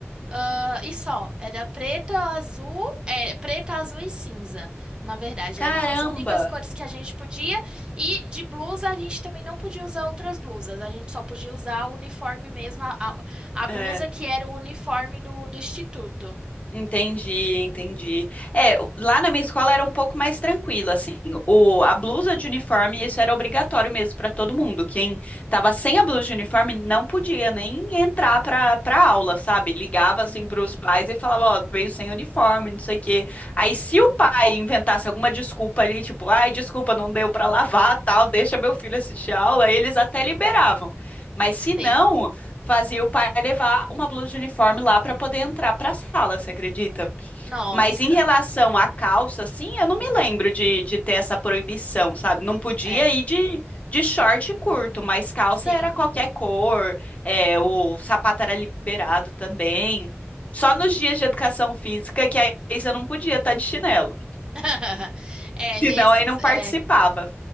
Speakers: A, on the right; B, on the left.
A: ah, e só. Era preta, azul, é, preta, azul e cinza. Na verdade,
B: Caramba!
A: eram as únicas cores que a gente podia. E de blusa, a gente também não podia usar outras blusas. A gente só podia usar o uniforme mesmo, a, a, a blusa
B: É.
A: que era o uniforme do, do instituto.
B: Entendi, entendi. É, lá na minha escola era um pouco mais tranquilo, assim. O, a blusa de uniforme, isso era obrigatório mesmo para todo mundo. Quem tava sem a blusa de uniforme não podia nem entrar para para aula, sabe? Ligava
A: Uhum.
B: assim para os pais e falava, ó, veio sem uniforme, não sei o quê. Aí se o pai inventasse alguma desculpa ali, tipo, ai, desculpa, não deu para lavar, tal, deixa meu filho assistir a aula, eles até liberavam. Mas se não,
A: Sim.
B: fazia o pai levar uma blusa de uniforme lá para poder entrar para a sala, você acredita?
A: Nossa,
B: Mas em relação à calça, assim, eu não me lembro de, de ter essa proibição, sabe? Não podia
A: é,
B: ir de, de short curto, mas calça
A: sim.
B: era qualquer cor, é, o sapato era liberado também. Só nos dias de educação física que aí você não podia estar de chinelo,
A: <laughs> É,
B: senão
A: nesses,
B: aí não
A: é,
B: participava.